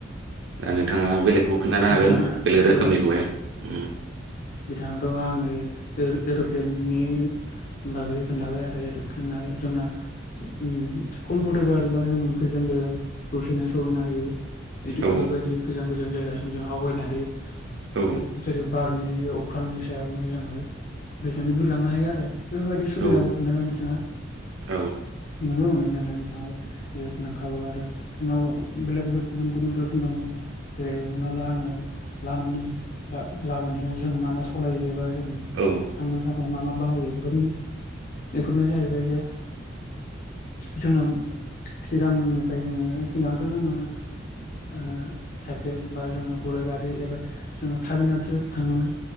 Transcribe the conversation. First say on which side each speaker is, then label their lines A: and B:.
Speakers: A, on the right; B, on the left.
A: दा नोंथाङा बेलेगखौ खोन्थानो हागोन
B: बिथाङा
A: बेलेग रोखोमनिखौहाय।
B: ओ
A: उम।
B: बिथाङाथ' आङो ए-एर'प्लेननि बागै खोनथाबाय आरो एर'प्लेना जोंना उम कमफरटेबोल बा जोंङो गोजान जायगा दसेनो सहैनो हायो। बिदि
A: औ
B: बेफोरबायदि गोजान गोजान जायगासिम जों आवगायनो हायो।
A: औ।
B: जेरै बारनि अख्रांनि सायावनो जोङो बेजोंनो बिरलांनो हायो आरो। बेफोरबायदि सुबिदाखौ
A: औ
B: खोन्थादों बिथाङा।
A: औ
B: नोंगौ नो आरो बिथाङाबो <unintelligible> नोंखागौ आरो बेलेग बेलेग गुबुन गुबुन गुबुन रोखोम दङ। जेरै हमना ला आङो लामानि बा लाबोनायाव जों मा मा सलायो एबा जों
A: औ
B: थांनो थाखाय मा मा बाहायो बेफोरबादिनो बेफोरनो जाहैबाय जे जोङो सिगांनिफाय जोङो सिगांथ' जोङो ओ साइखेल बा जोङो गुराय गारि एबा जोङो थाबिनानैसो थाङोमोन